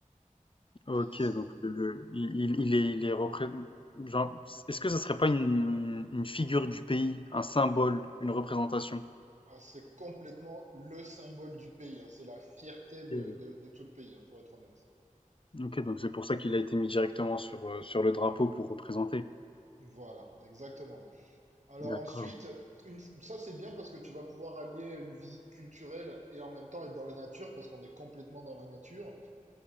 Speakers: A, on the left; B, on the right.
A: OK,
B: qui est dessiné.
A: donc le, le- il, il est, il est repré- genre, est-ce que ce serait pas une, une figure du pays, un symbole, une représentation?
B: Ah, c'est complètement le symbole du pays, hein. C'est la fierté de,
A: Ok,
B: de- de tout le pays, hein, pour être honnête.
A: Ok, donc c'est pour ça qu'il a été mis directement sur, euh, sur le drapeau pour représenter.
B: Voilà, exactement. Alors
A: D'accord.
B: ensuite, une, ça c'est bien parce que tu vas pouvoir allier une visite culturelle et en même temps être dans la nature parce qu'on est complètement dans la nature.